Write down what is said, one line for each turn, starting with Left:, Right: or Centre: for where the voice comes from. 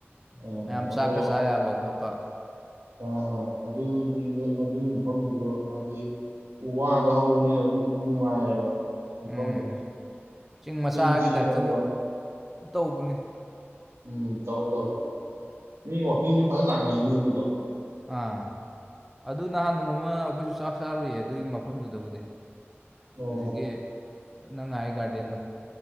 Right: ꯎ
Centre: ꯃꯌꯥꯝ ꯆꯥꯛꯀ
Right: ꯑꯗꯣ
Centre: ꯆꯥ ꯌꯥꯕ ꯈꯣꯠꯄ
Right: ꯑ ꯑꯥ ꯑꯗꯨ ꯑꯗꯨꯒꯤ ꯃꯐꯝꯗꯨꯁꯨ ꯍꯥꯏꯗꯤ ꯋꯥꯗ ꯍꯧꯕꯅꯤꯅ ꯑꯗꯨꯝ ꯅꯨꯡꯉꯥꯏꯌꯦꯕ ꯃꯐꯝꯗꯣ
Centre: ꯎꯝ ꯆꯤꯡ ꯃꯆꯥꯒꯤ
Right: ꯏꯪ ꯆꯤꯛꯑꯒ
Centre: ꯇꯥꯏꯞꯇ ꯇꯧꯕꯅꯤ
Right: ꯎꯝ ꯇꯧꯋꯦ ꯇꯧꯋꯦ ꯃꯤ ꯋꯥꯛꯀꯤꯡꯁꯨ ꯐꯖꯅ ꯂꯥꯛꯅꯩꯅꯤ ꯑꯗꯨꯗꯣ
Centre: ꯑꯥ ꯑꯗꯨ ꯅꯍꯥꯟ ꯅꯣꯡꯃ ꯑꯩꯈꯣꯏꯁꯨ ꯆꯥꯛ ꯆꯥꯔꯨꯏꯌꯦ ꯑꯗꯨꯒꯤ ꯃꯐꯝꯗꯨꯗꯕꯨꯗꯤ
Right: ꯑꯣ
Centre: ꯍꯧꯖꯤꯛꯀꯤ ꯅꯪ ꯍꯥꯏ ꯒꯥꯔꯗ ꯕꯦꯟꯗ